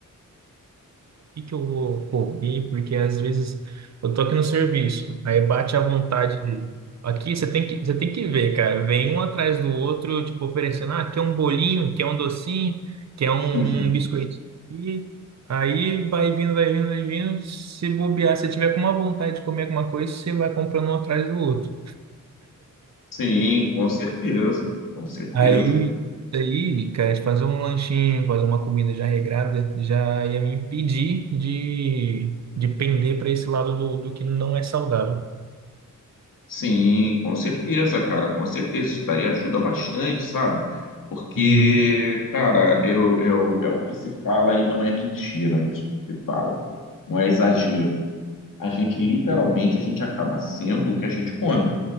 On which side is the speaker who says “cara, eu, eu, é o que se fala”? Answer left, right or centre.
Left